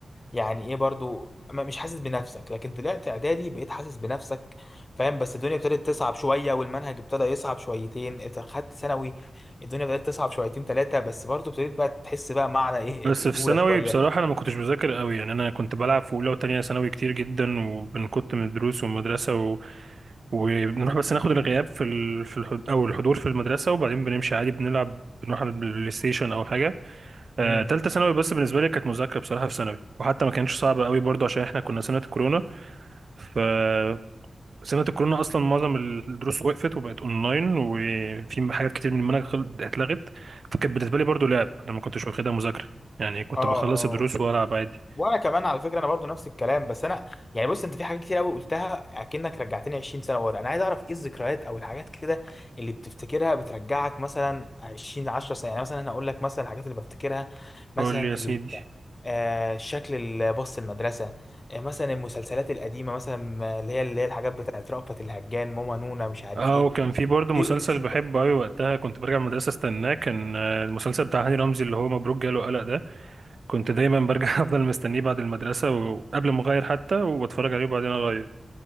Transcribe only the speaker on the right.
بس
في ثانوي
بصراحة أنا ما كنتش بذاكر قوي يعني أنا كنت بلعب في أولى وتانية ثانوي كتير جدا وكنت من الدروس والمدرسة وبنروح بس ناخد الغياب في ال... في الحض... او الحضور في المدرسه وبعدين بنمشي عادي بنلعب بنروح على البلاي ستيشن او حاجه
آه، تالتة ثانوي بس بالنسبه لي كانت مذاكره بصراحه في ثانوي وحتى ما كانتش صعبه قوي برضو عشان احنا كنا سنه الكورونا فسنه الكورونا اصلا معظم الدروس وقفت وبقت اونلاين وفي حاجات كتير من المنهج خل- اتلغت فكانت بالنسبه لي برضو لعب انا ما كنتش واخدها مذاكره يعني كنت
بخلص
الدروس والعب عادي
قول لي يا
سيدي
اه
وكان في برضه مسلسل
بحبه قوي وقتها كنت برجع من المدرسه استناه كان آه، المسلسل بتاع هاني رمزي اللي هو مبروك جاله قلق ده كنت دايما برجع <laughs> افضل مستنيه بعد المدرسه وقبل ما اغير حتى وبتفرج عليه وبعدين اغير